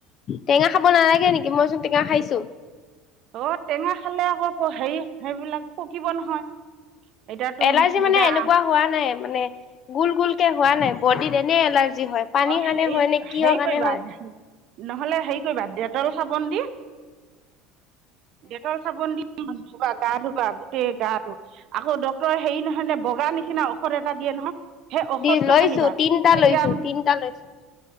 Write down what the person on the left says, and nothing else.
টেঙা খাব নালাগে নেকি মইচোন টেঙা খাইছো
এলাৰ্জি মানে
এনেকুৱা হোৱা নাই মানে গোল- গোলকে। হোৱা নাই বডিত এনেই এলাৰ্জি। হয় পানীৰ
কাৰণে
হয় নে
কিহৰ
কাৰণে
হয়।
দি লৈছো
তিনটা
লৈছো- তিনটা লৈছো